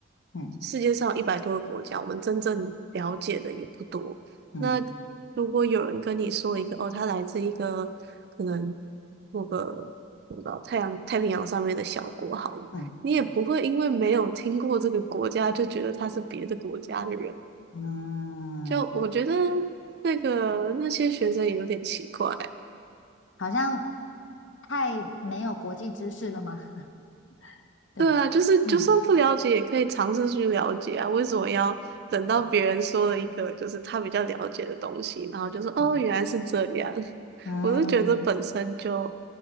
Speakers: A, on the left; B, on the right.
A: 嗯
B: 世界上一百多个国家，我们真正了解的也不多。
A: 嗯
B: 那如果有人跟你说一个哦，他来自一个可能某个我不知道太阳太平洋上面的小国好了，
A: 嗯
B: 你也不会因为没有听过这个国家就觉得他是别的国家的人。
A: 嗯，
B: 就我觉得那个那些学生也有点奇怪。
A: 好像太没有国际知识了吗？<laughs> 对不对？
B: 对啊，就是就算不了解，
A: 嗯
B: 也可以尝试去了解啊。为什么要等到别人说了一个就是他比较了解的东西，
A: 嗯
B: 然后就说哦，
A: 嗯
B: 原来是这样？<laughs>
A: 嗯
B: 我就觉得本身就
A: 嗯